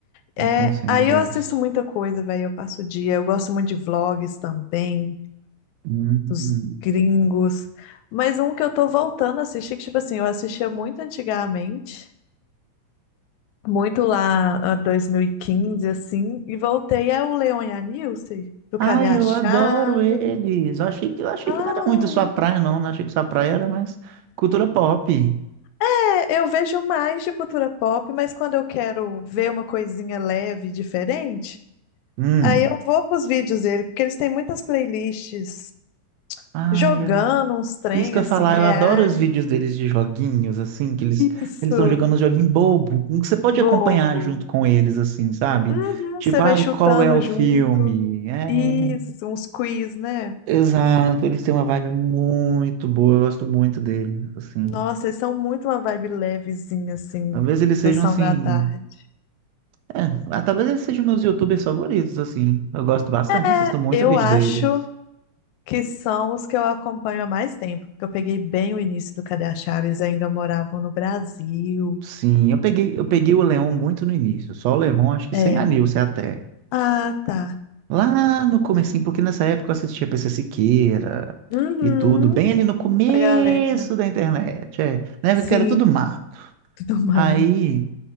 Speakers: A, on the left (about 80°); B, on the right (about 75°).
A: É,
B: eu consigo
A: aí
B: ver
A: eu assisto
B: isso.
A: muita coisa, velho. Eu passo o dia. Eu gosto muito de vlogs também,
B: Hum.
A: dos gringos. Mas um que eu tô voltando a assistir, que, tipo assim, eu assistia muito antigamente, muito lá ah, 2015, assim, e voltei é o Leon e a Nilce, do
B: Ai,
A: Cadê a
B: eu
A: Chave?
B: adoro eles. Eu achei que, eu achei
A: Ah,
B: que não era muito sua praia, não. Não achei que sua praia era mais cultura pop.
A: é, eu vejo mais de cultura pop, mas quando eu quero ver uma coisinha leve, e diferente,
B: Hum.
A: aí eu vou pros vídeos dele, porque eles têm muitas playlists
B: Ai,
A: jogando
B: eu...
A: uns trem
B: Isso que eu
A: assim,
B: ia falar,
A: reais.
B: eu adoro os vídeos deles de joguinhos, assim, que eles
A: Isso,
B: eles estão jogando um joguinho bobo, em que você pode
A: bobo.
B: acompanhar junto com eles, assim, sabe?
A: Uhum,
B: Tipo,
A: você
B: ai,
A: vai chutando
B: qual é o filme?
A: junto.
B: É,
A: Isso, uns quiz, né?
B: exato, eles têm uma vibe muito boa, eu gosto muito deles, assim.
A: Nossa, eles são muito uma vibe levezinha, assim,
B: Talvez eles sejam,
A: sessão
B: assim,
A: da tarde.
B: é, ah, talvez eles sejam meus YouTubers favoritos, assim. Eu gosto bastante,
A: É,
B: assisto muito
A: eu
B: vídeo
A: acho
B: deles.
A: que são os que eu acompanho há mais tempo, porque eu peguei bem o início do Cadê a Chaves, ainda moravam no Brasil.
B: Sim, eu peguei, eu peguei o Leon muito no início, só o Leon, acho que
A: É.
B: sem a Nilce até.
A: Ah, tá.
B: Lá no comecinho, porque nessa época eu assistia PC Siqueira
A: Uhum,
B: e tudo, bem ali no começo
A: a galera.
B: da internet, é, na época
A: Sim,
B: que era tudo mato.
A: <laughs> tudo mais.
B: Aí,